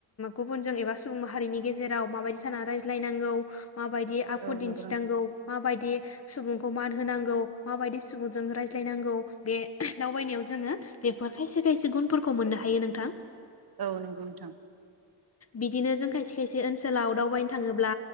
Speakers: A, on the left; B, on the right.
A: गुबुनजों एबा सुबुं माहारिनि गेजेराव माबायदि थानानै रायज्लायनांगौ माबायदि आखु
B: औ
A: दिन्थिनांगौ
B: नंगौ नोंथां
A: माबायदि सुबुं खौ मान होनांगौ माबायदि सुबुंजों रायज्लायनांगौ बे दावबायनायाव जोङो बेफोर खायसे खायसे गुनफोरखौ मोननो हायो नोंथां।
B: औ नंगौ नोंथां।
A: बिदिनो जों खायसे खायसे ओनसोलाव दावबायनो थाङोब्ला